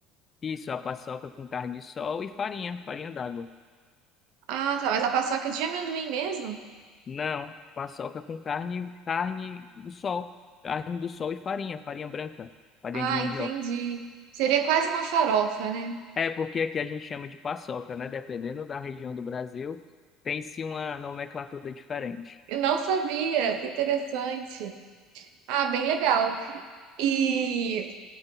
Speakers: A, on the left; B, on the right.
A: Isso, a paçoca com carne de sol e farinha, farinha d'água.
B: Ah, tá, mas a paçoca de amendoim mesmo?
A: Não, paçoca com carne, carne do sol, carne do sol e farinha, farinha branca, farinha
B: Ah,
A: de mandioca.
B: entendi. Seria quase uma farofa, né?
A: É, porque aqui a gente chama de paçoca, né? Dependendo da região do Brasil, tem-se uma nomenclatura diferente.
B: Eu não sabia, que interessante. Ah, bem legal. E